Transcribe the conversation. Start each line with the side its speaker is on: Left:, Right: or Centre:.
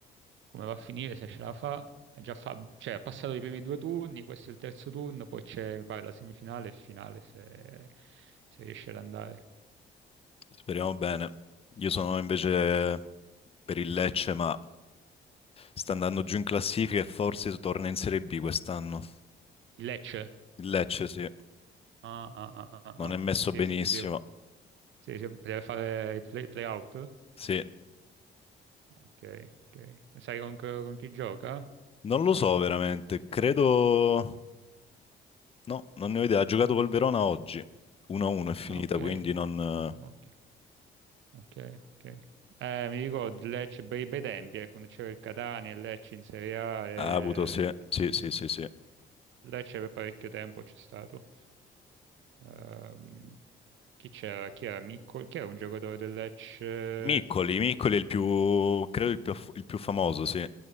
Right: come va a finire, se ce la fa. Ha Già fa, cioè, ha passato i primi due turni, questo è il terzo turno, poi c'è, mi pare, la semifinale e finale, se, se riesce ad andare.
Left: Speriamo bene. Io sono invece per il Lecce, ma sta andando giù in classifica e forse torna in Serie B quest'anno.
Right: Il Lecce?
Left: Il Lecce, sì,
Right: Ah, ah, ah, ah,
Left: non è messo
Right: ah. Sì,
Left: benissimo.
Right: sì, sì, sì, sì, sì, deve fare i play, playout.
Left: Sì,
Right: Ok, ok. E Sai con, con chi gioca?
Left: non lo so veramente. Credo... No, non ne ho idea. Ha giocato col Verona oggi. 1-1 è finita,
Right: Ah, ok,
Left: quindi non... eh,
Right: ok, ok, ok. Eh, mi ricordo il Lecce bei, bei tempi, eh, quando c'era il Catania e il Lecce in Serie A. E...
Left: Ha avuto, sì, sì, sì, sì, sì.
Right: Lecce per parecchio tempo c'è stato. Ehm, chi c'era? Chi era? Miccoli? Chi era un giocatore del Lecce?
Left: Miccoli, Miccoli è il più, credo il più, il più famoso, sì.